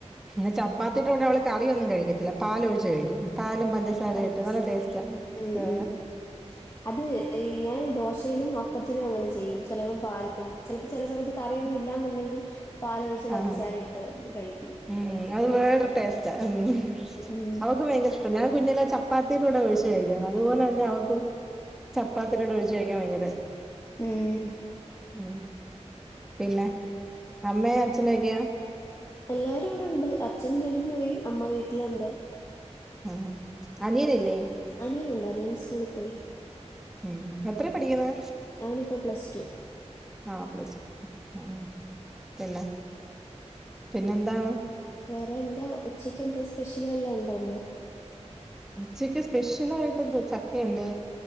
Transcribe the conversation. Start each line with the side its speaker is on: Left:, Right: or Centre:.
Centre: ഇ ചപ്പാത്തി കൂടെ അവള് കറിയൊന്നും കഴിക്കത്തില്ല പാല് ഒഴിച്ച് കഴിക്കും പാലും പഞ്ചസാര
Left: പഞ്ചസാരയും
Centre: ഇട്ട് നല്ല ടേസ്റ്റ് ആ
Left: ഉം ഉം അത് ഞാൻ ദോശയിലും അപ്പത്തിലും അങ്ങനെ ചെയ്യും ചിലപ്പം പാലിടും ചിലപ്പോ ചില സമയത്ത് കറിയൊന്നും ഇല്ലന്നുണ്ടെങ്കിൽ പാലൊഴിച്ച് പഞ്ചസാര
Centre: ആഹ്
Left: ഇട്ട് കഴി
Centre: ഉം അത് വേറെ ടേസ്റ്റ ഉം
Left: ഉം ഉം
Centre: അവക്ക് ഭയങ്കര ഇഷ്ട്ടം ഞാൻ കുഞ്ഞിലെ ചപ്പാത്തിയിലൂടെ ഒഴിച്ച് കഴിക്കണം അതുപോലെ തന്നെ അവക്കും ചപ്പാത്തിയുടെ കൂടെ ഒഴിച്ച് കഴിക്കാൻ ഭയങ്കര
Left: ഉം.
Centre: ഉ പിന്നെ അമ്മേം അച്ഛനൊക്കെയോ?
Left: എല്ലാരും ഇവിടുണ്ട് അച്ഛൻ ജോലിക്ക് പോയി അമ്മ വീട്ടിലുണ്ട്.
Centre: ആഹ് അനിയനില്ലേ?
Left: അനിയനുണ്ട് അനിയൻ സ്കൂളി പോയി.
Centre: ഉം എത്രെ പഠിക്കുന്ന്?
Left: അവനിപ്പോ പ്ലസ് ടു.
Centre: ആഹ് പ്ലസ് ടു ആഹ് പിന്നെ പിന്നെന്താണ്
Left: വേറെ എന്താ ഉച്ചക്ക് എന്താ സ്പെഷ്യല് വല്ലോ ഉണ്ടോ ഇന്ന്?
Centre: ഉച്ചക്ക് സ്പെഷ്യൽ ആയിട്ട് എന്തോ ചക്കയുണ്ട്